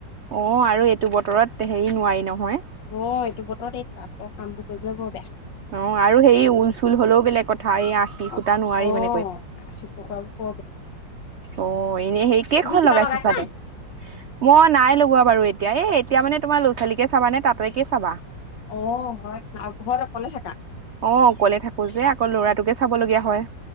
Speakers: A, on the right; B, on the left.
A: অহ আৰু এইটো বতৰত হেৰি নোৱাৰি নহয়।
B: অহ এইটো বতৰত এই তাতঁৰ কামবোৰ কৰিবলৈ বৰ বেয়া।
A: অহ আৰু সেৰি ঊল চুল হলেওঁ বেলেগ কথা এই আশি
B: অ
A: সূতা নোৱাৰি
B: অ
A: মানে কৰিব।
B: <inaudible>
A: অহ এনেই সেই কেইখন
B: তুমি কিবা
A: লগাইছে
B: লগাইছা
A: চাদৰ? মই নাই লগোৱা বাৰু এতিয়া এ এতিয়া মানে তোমাৰ লৰা ছোৱালীকে চাবা নে তাতেঁকে চাবা।
B: অহ হয় দে ঘৰত অকলে থাকা?
A: অহ অকলে থাকো যে আকৌ ল'ৰাটোকে চাবলগীয়া হয়।